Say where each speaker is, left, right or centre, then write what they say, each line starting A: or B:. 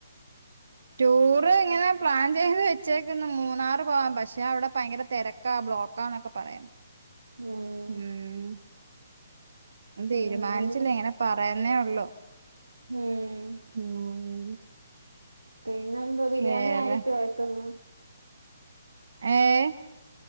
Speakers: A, on the right; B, on the right.
A: ടൂറ് ഇങ്ങനെ പ്ലാൻ ചെയ്ത് വെച്ചേക്കന്ന് മൂന്നാറ് പോവാൻ പക്ഷെ അവിടെ ഭയങ്കര തെര ക്കാ ബ്ലോക്കാന്നൊക്കെ പറയുന്നു
B: ഉം
A: ഉം ന്നും തീരുമാനിച്ചില്ല,
B: പിന്നെന്തുവാ
A: ഇങ്ങനെ പറയുന്നേ ഉള്ളു
B: ഉം
A: ഉം
B: പിന്നെന്താ ബിരിയാണി
A: വേറെ
B: ആയിരിക്കുവോ വക്കുന്നേ
A: ഏഹ്